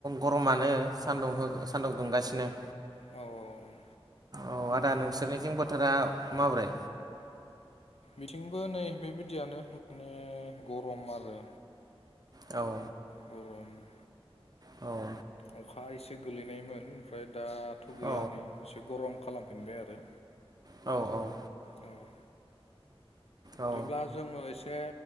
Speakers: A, on the right; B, on the left.
A: गरमानो सानदुं हो सान्दुं दुंगासिनो
B: औ औ
A: औ आदा नोंसोरनिथिं बोथोरा माबोरै
B: बिथिंबो नै बेबायदियानो माने गरम आरो
A: औ
B: गरम
A: औ
B: अखा एसे गोलैनायमोन ओमफ्राय दाथ' गैया
A: औ
B: नै एसे गरम खालामफिनबाय आरो
A: औ औ
B: औ
A: औ
B: बिदिब्ला जोङो एसे